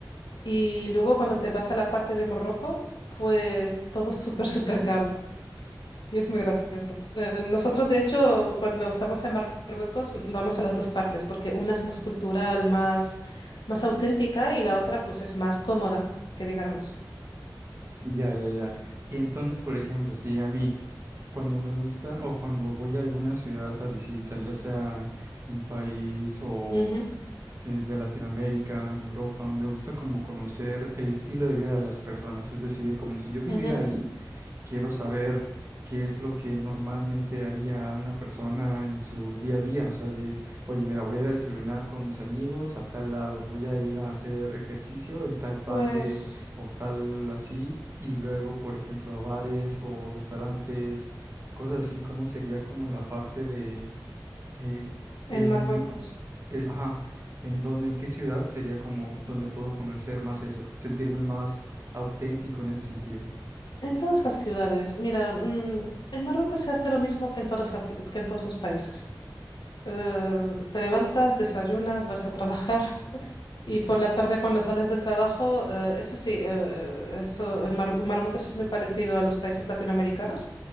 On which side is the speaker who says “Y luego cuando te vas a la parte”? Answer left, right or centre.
Left